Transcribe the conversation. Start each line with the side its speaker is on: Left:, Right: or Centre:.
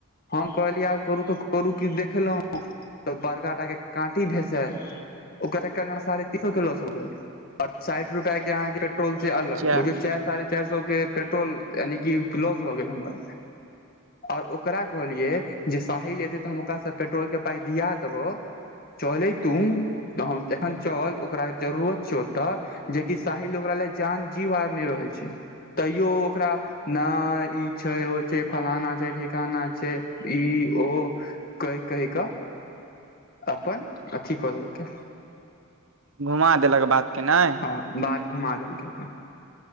Left: हम कहलियै आब करू तऽ करू कि देखेलहुँ। त बड़काटके काँटी भेसल ओकरारे तीको गेल। और साठि रुपआके अहाँके पेट्रोलसे अलग
Right: किया
Left: बुझयौ चारि साढ़े चारि सए के पेट्रोल यानि कि लॉस भऽ गेल हमर आओर ओकरा कहलियै जे साहिल एतै तऽ हम ओकरासँ पेट्रोल के पाइ दिया देबौ। चलै तू जखन चल ओकरा जरूरत छैय ओ तऽ जेकि साहिल ओकरा लए जान जीव आर नहि रहै छैय तैयो ओकरा नहि ई छैय ओ छैय फलाना छैय ठिकाना छैय ई ओ। कहि कहि का अपन अथी कऽ देलकै।
Right: घुमा देलक बात के नहि?
Left: हँ बात घुमा देलकै अपन।